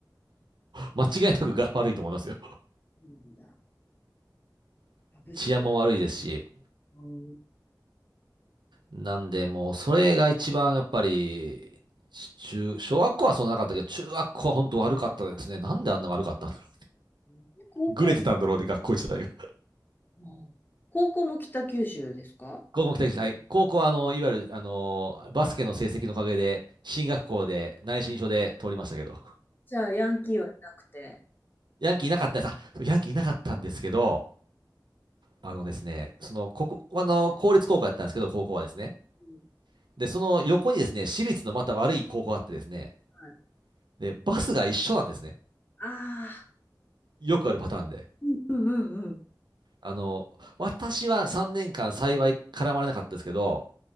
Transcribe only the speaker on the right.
間違いなく柄悪いと思いますよ。
<laughs>
治安も悪いですし。
なんで、もう、それが一番やっぱり、中、小学校はそんななかったけど、中学校は本当悪かったですね。なんであんな悪かったんだろう。
ぐれてたんだろうで、学校時代が。
高校も期待して、はい。高校は、あの、いわゆる、あの、バスケの成績のおかげで、進学校で内申書で通りましたけど、
ヤンキーいなかったんです。あヤンキーいなかったんですけど、あのですね、その、ここ、あの、公立高校だったんですけど、高校はですね。
で、その横にですね、私立のまた悪い高校があってですね、
で、バスが一緒なんですね。
よくあるパターンで。
あの、私は3年間幸い絡まれなかったですけど、